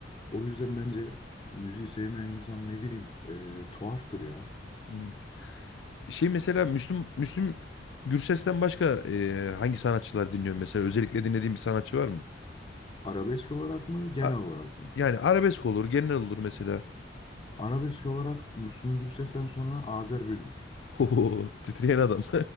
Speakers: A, on the left; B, on the left.
A: o yüzden bence müziği sevmeyen insan ne bileyim e, tuhaftır ya.
B: Evet. Şey mesela Müslüm Müslüm Gürses'ten başka eee, hangi sanatçılar dinliyor mesela? Özellikle dinlediğin bir sanatçı var mı?
A: Arabesk olarak mı genel
B: A-
A: olarak mı?
B: yani arabesk olur, genel olur mesela.
A: Arabesk olarak Müslüm Gürses'ten sonra Azer Bülbül.
B: Ho titreyen adam. <laughs>